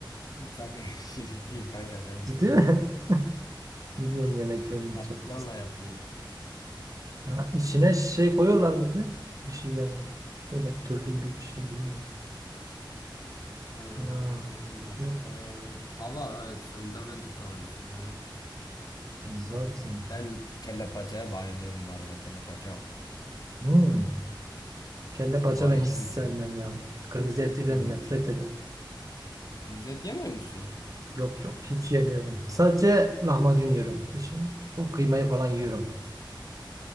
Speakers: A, on the left; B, on the right.
A: Musakka <laughs> şeylik değil kanka sen
B: Ciddi
A: bilmiyorsun.
B: mi? <laughs> Bilmiyorum yemeklerini
A: Patlıcanla
B: çok.
A: yapılıyor.
B: Ha, içine şey koyuyorlar mıydı? Bir şey yani. Böyle türlü gibi bir şey bilmiyorum.
A: Ee,
B: Ha,
A: başka
B: yok.
A: tava evet fırında ben de tavayı severim.
B: E, zaten.
A: Ben kelle paçaya bayılıyorum bu arada. Kelle paça.
B: Hmm. Kelle paça
A: Bayılırım
B: ben hiç sevmem
A: kelle paça.
B: ya. Kırmızı eti ben
A: Hmm.
B: nefret ederim.
A: Kırmızı et yemiyor musun?
B: Yok yok hiç yemiyorum. Sadece lahmacun yiyorum. Hiç o kıymayı falan yiyorum.